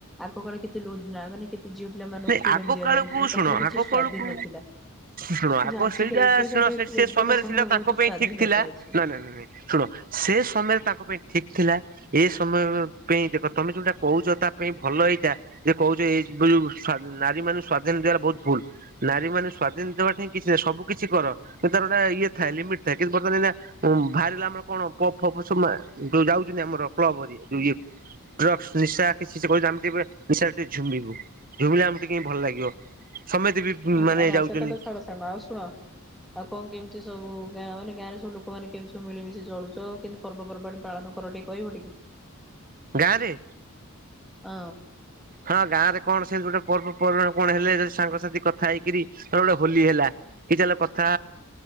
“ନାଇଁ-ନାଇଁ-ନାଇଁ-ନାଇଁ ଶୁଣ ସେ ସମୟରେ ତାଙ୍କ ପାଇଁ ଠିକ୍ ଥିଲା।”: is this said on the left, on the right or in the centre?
Right